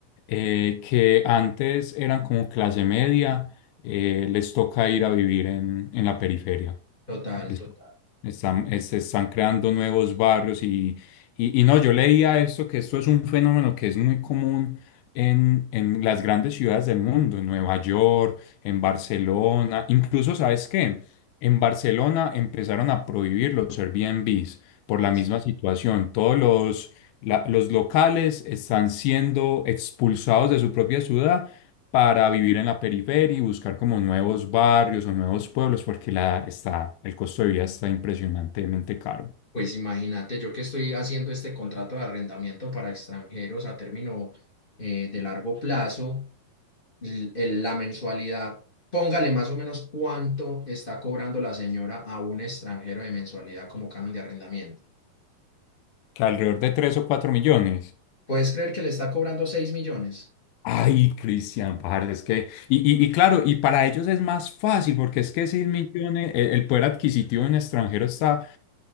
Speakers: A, on the left (about 80°); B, on the left (about 40°).
A: eh, que antes eran como clase media, eh, les toca ir a vivir en, en la periferia.
B: Total,
A: Es-
B: total.
A: Están, es- se están creando nuevos barrios y, y, y no, yo leía esto, que esto es un fenómeno que es muy común en, en las grandes ciudades del mundo, en Nueva York, en Barcelona, incluso, ¿sabes qué? En Barcelona empezaron a prohibir los Airbnb por
B: Ah,
A: la misma situación. Todos los, la- los locales están siendo expulsados de su propia ciudad para vivir en la periferia y buscar como nuevos barrios o nuevos pueblos porque la, está, el costo de vida está impresionantemente caro,
B: pues imagínate, yo que estoy haciendo este contrato de arrendamiento para extranjeros a término eh, de largo plazo, l- el- la mensualidad, póngale más o menos cuánto está cobrando la señora a un extranjero de mensualidad como canon de arrendamiento.
A: que alrededor de tres o 4 millones.
B: ¿Puedes creer que le está cobrando 6 millones?
A: Ay, Cristian, parce, es que, y, y, y claro, y para ellos es más fácil porque es que 6 millones, el, el poder adquisitivo en extranjero está